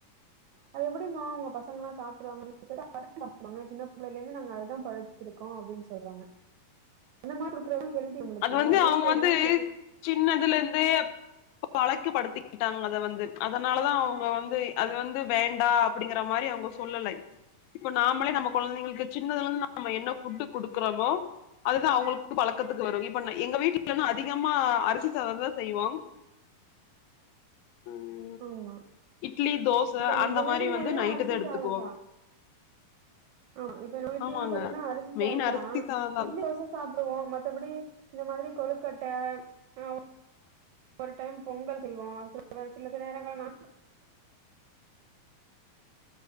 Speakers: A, on the right (about 80°); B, on the left (about 80°).
A: அது எப்டிமா உங்க பசங்கலா சாப்ட்ருவாங்க <unintelligible> சின்ன பிள்ளையில இருந்து நாங்க அதா பழக் கிருக்கோ அப்டின் சொல்றாங்க
B: <inaudible>
A: அந்த மாரி கொடுக்குறதா ஹெல்தி அவுங்ளுக்கு
B: அது வந்து
A: எல்லைஸ்ஸோரு
B: அவங்க வந்து
A: தா <unintelligible>
B: சின்னதுல இருந்தே அப் பழக்கு படுத்திக்கிட்டாங்க அத வந்து அதனாலதா அவுங்க வந்து அது வந்து வேண்டா அப்டிங்கிற மாரி அவுங்க சொல்லலை இப்ப நாமளே நம்ம கொழந்தைங்களுக்கு சின்னதுல இருந்து நாம என்ன ஃபுட்டு் குடுக்குறோமோ அதுதா அவுங்களுக்கு பழக்கத் துக்கு வரு இப்ப எங்க வீட்லன்ன அதிகமா அரிசி சாதோ தா செய்வோ ம்
A: ஆமா
B: இட்லி தோச
A: இப்ப நம்ப
B: அந்த
A: வீடுங்கல்லா
B: மாரி வந்து நைட்டு
A: அரிசி
B: தா எடுத்துக்குவோ
A: சாதோ தா ஆமா இப்ப நம்ம வீட்ல
B: ஆமாங்க
A: எல்லா பாத்தீங்கன்னா அரிசி
B: மெயின்
A: சாதோ
B: அரிசி
A: தா
B: சாதந்தா
A: இட்லி தோச சாப்பிடுவோ மத்தபடி இந்த மாதிரி கொழுக்கட்ட ஆ ஒரு டைம் பொங்கல் செய்வோ <inaudible> சில சில நேரங்கள் நா